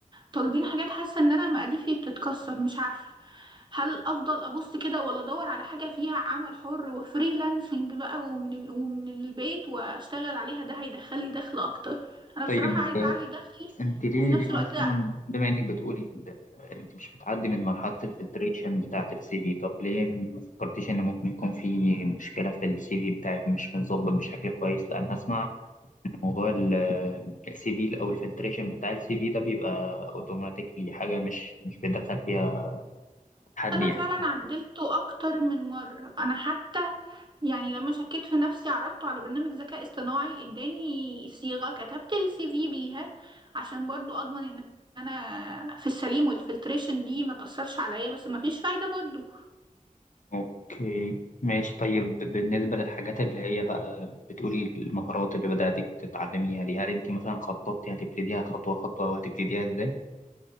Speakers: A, on the right; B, on the left.
A: طالبين حاجات حاسه ان انا مقاديفي بتتكسر مش عارفه هل افضل ابص كده ولا ادور على حاجه فيها عمل حر وفريلانسنج بقى ومن ال... ومن البيت واشتغل عليها ده هيدخلي دخل اكتر انا
B: طيب
A: بصراحه عايزه اعلي دخلي
B: انت ليه
A: وفي نفس
B: ليه
A: الوقت
B: اصلا بما انك بتقولي ال- انت مش بتعدي من مرحله الفلتريشن بتاعه السي في طب ليه ما فكرتيش ان ممكن يكون في مشكله في السي في بتاعك مش متظبط بشكل كويس لان اسمع موضوع السي في او الفلتريشن بتاع السي في ده بيبقى اوتوماتيكلي حاجه مش مش بيدخل فيها حد
A: انا
B: يعني
A: فعلا عدلته اكتر من مره انا حتى يعني لما شكيت في نفسي عرضته على برنامج ذكاء اصطناعي اداني صيغه كتبت السي في بيها عشان برضو اضمن ان انا في السليم والفلتريشن دي ما تاثرش عليا بس ما فيش فايده برضو
B: اوكي ماشي طيب بالنسبة للحاجات اللي هي بقى بتقولي المهارات اللي بدأتي تتعلميها دي هل انت مثلا خططتي هتبتديها خطوة خطوة وهتبتديها ازاي